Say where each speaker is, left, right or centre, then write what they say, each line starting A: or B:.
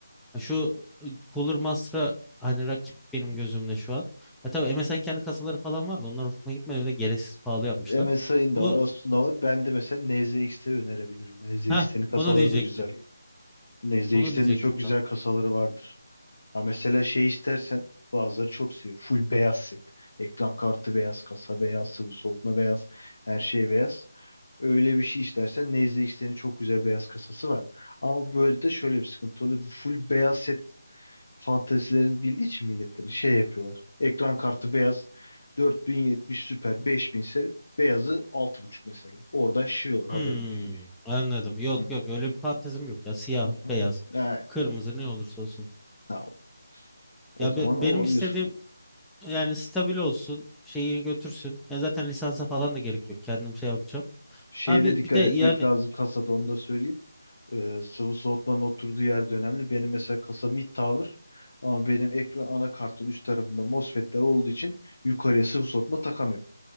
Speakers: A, in the centre; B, on the left (about 55°).
A: Ha, Şu e, Cooler Master'a hani rakip benim
B: <laughs>
A: gözümde şu an. Ya tabii MSN kendi kasaları falan vardı. Onlar hoşuma gitmedi. Bir de gereksiz pahalı yapmışlar.
B: MSI'ın da
A: Bu
B: var, Asus'un da var. Ben de mesela NZXT önerebilirim. NZXT'nin
A: ha
B: kasaları
A: onu diyecektim.
B: da güzel. NZXT'nin
A: Onu diyecektim
B: de çok güzel
A: tamam.
B: kasaları vardır. Ha mesela şey istersen bazıları çok seviyor. Full beyaz set. Ekran kartı beyaz, kasa beyaz, sıvı soğutma beyaz, her şey beyaz. Öyle bir şey istersen NZXT'nin çok güzel beyaz kasası var. Ama böyle de şöyle bir sıkıntı oluyor. Full beyaz set fantezilerini bildiği için milletlerin şey yapıyorlar. Ekran kartı beyaz 4070 süper 5000 ise beyazı 6.5 mesela. Oradan şişiriyorlar haberin
A: Hmm,
B: olsun.
A: anladım. Yok
B: Hı.
A: yok
B: <laughs>
A: öyle bir fantezim yok ya. Siyah,
B: Hı, hı,
A: beyaz,
B: Evet,
A: kırmızı ne olursa olsun.
B: tamam. O
A: Ya
B: zaman
A: be- benim
B: olabilir.
A: istediğim yani stabil olsun, şeyini götürsün. Ya zaten lisansa falan da gerek yok. Kendim şey yapacağım.
B: Şeye
A: Abi
B: de dikkat
A: bir de yani
B: etmek lazım kasada onu da söyleyeyim. Ee, sıvı soğutmanın oturduğu yer de önemli. Benim mesela kasa mid tower ama benim ekran anakartın üst tarafında MOSFET'ler olduğu için yukarıya sıvı soğutma takamıyorum.